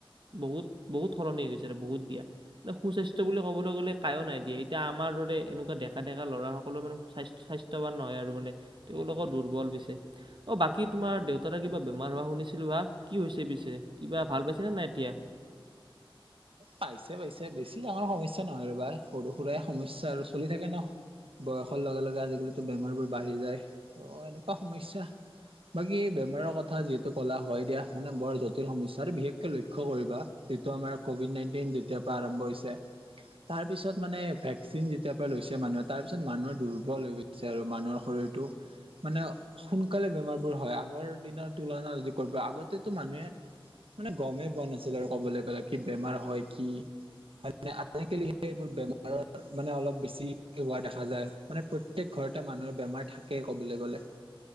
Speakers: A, on the right; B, on the right.
A: বহুত বহুত সলনি গৈছে আৰু বহুত দিয়া। মানে সুস্বাস্থ্য বুলি ক'বলৈ গ'লে কায়ো নাই দিয়ে এতিয়া আমাৰ দৰে এনেকুৱা ডেকা ডেকা ল'ৰাসকলৰ মানে সুস্বাস্থ্য স্বাস্থ্যৱান নহয় আৰু মানে তেওঁলোকৰ দুৰ্বল পিছে অ বাকী তোমাৰ দেউতাৰে কিবা বে বেমাৰ হোৱা শুনিছিলো হাক কি হৈছে পিছে কিবা ভাল পাইছেনে নাই এতিয়া
B: পাইছে পাইছে বেছি ডাঙৰ সমস্যা নহয় ৰবা সৰু সুৰাই সমস্যা আৰু চলি থাকে ন বয়সৰ লগে লগে আজিকালিতো বেমাৰ বোৰ বাঢ়ি যায় ত এনেকুৱা সমস্যা বাকী বেমাৰৰ কথা যিহেতু কলা হয় দিয়া মানে বৰ জটিল সমস্যা আৰু বিশেষকে লক্ষ্য কৰিবা যিটো আমাৰ কভিড নাইন টিন যেতিয়াৰ পৰা আৰম্ভ হৈছে তাৰ পিছত মানে ভেকচিন যেতিয়া পৰা লৈছে মানুহে তাৰ পিছত মানুহৰ দুৰ্বল হৈ গৈছে আৰু মানুহৰ শৰীৰটো মানে সোনকালে বেমাৰবোৰ হয় আগৰ দিনৰ তুলনা যদি কৰিব আগতেতো মানুহে মানে গমেই পোৱা নাছিল আৰু ক'বলৈ গ'লে কি বেমাৰ হয় কি হয় নে আজিকালি সেই এইবোৰ বেমাৰৰ মানে অলপ বেছি হোৱা দেখা যায় মানে প্ৰত্যয়েক ঘৰতে মানুহৰ বেমাৰ থাকেই কবলৈ গলে